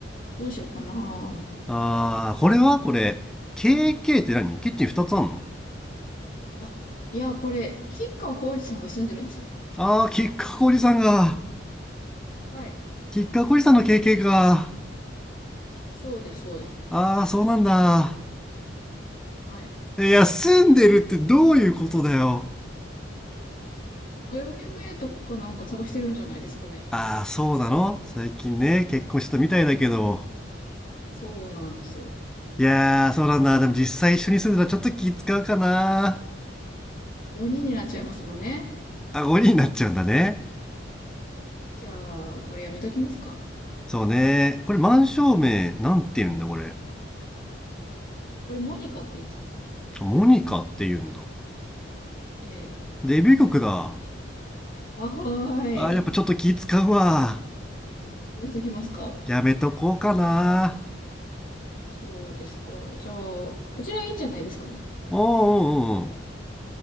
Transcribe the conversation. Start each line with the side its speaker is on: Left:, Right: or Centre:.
Left: どうしようかな。
Centre: あー、これはこれ。KK って何キッチン2つあんの
Left: あ、いや、これ、吉川晃司さんが住んでるんです。
Centre: ああ、きっかこおじさんが、
Left: はい。
Centre: きっかこおじさんの経験か。
Left: そうです、そうです。
Centre: ああ、そうなんだ。
Left: はい。
Centre: いや、住んでるってどういうことだよ。
Left: UMA とかなんか探してるんじゃないですかね。
Centre: ああ、そうなの最近ね、結婚したみたいだけど。
Left: そうなんですよ。
Centre: いやー、そうなんだ。でも実際一緒に住んでたらちょっと気使うかな。
Left: 5人になっちゃいますもんね。
Centre: あ、5人になっちゃうんだね。
Left: じゃあ、これやめときますか。
Centre: そうね。これ満照明、なんて言うんだこれ。
Left: これモニカって言うんです。
Centre: モニカって言うんだ。
Left: えー、
Centre: デビュー曲だ。
Left: あ、はーい。
Centre: あー、やっぱちょっと気使うわ。
Left: やめときますか。
Centre: やめとこうかな。
Left: そうですか。じゃあ、こちらいいんじゃないですかね。
Centre: おうおうおう。